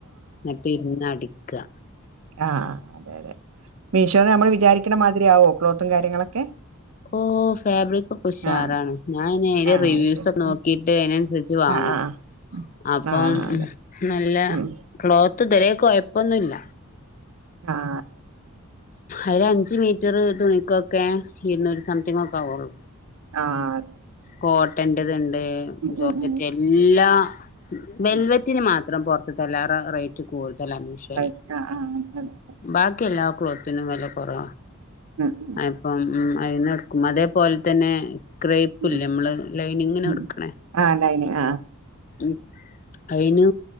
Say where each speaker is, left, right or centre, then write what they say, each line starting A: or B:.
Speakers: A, on the left; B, on the right.
A: എന്നിട്ട് ഇരുന്ന് അടിക്കുക
B: ആഹ അതെ അതെ മീഷോന്ന് നമ്മൾ വിചാരിക്കണ മാതിരിയാവോ ക്ലോത്തും കാര്യങ്ങളൊക്കെ
A: ഓ ഫാബ്രിക്ക ഒക്കെ ഉഷാറാണ്
B: ആഹ്
A: ഞാൻ അതിറെ
B: ആഹ്
A: റിവ്യൂസ്
B: അത് ശരി
A: ഒെ നോക്കിട്ട്
B: ഉം
A: അനുസ
B: ആഹ്
A: ങ്ങ അപ്പ
B: ആഹ്
A: നല്ല
B: ഉം
A: ക്ലോത്ത് തിിലക്ക് കുഴപ്പൊന്നുമല്ല
B: ആഹ
A: അര അഞ്ച് മീറ്റർ തുണിക്കൊക്കെ ഇരുന്നൂരു സംതിങ് ഒക്കെ ആവുള്ളു
B: ആ അതെ
A: കോട്ടറത്ണ്ട്
B: ഉം
A: ജോർച്ചറ്റ്
B: ഉം ഉം
A: എല്ലാ വെൽവറ്റിന്
B: ഉം ഉം
A: മാത്രംറ റേറ്റ് കൂടുതൽ മഷൽ
B: അത് ശ ആഹ് ആഹ് അങ്ങനെ അതെ
A: ബാക്കിയല്ല ക്ലോത്തിന് വില കുറവ
B: ഉം ഉം
A: ഇപ്പം ഉ അക്കും അതേപോലെ തന്നെ ക്രേ ല്ല
B: ഉം
A: നമ്മള് ലൈനി ഇങ്ങനെ
B: ഉം
A: എടുക്കണേ
B: ആഹ് ലൈനിങ് ആഹ്
A: ഉ അതിനന്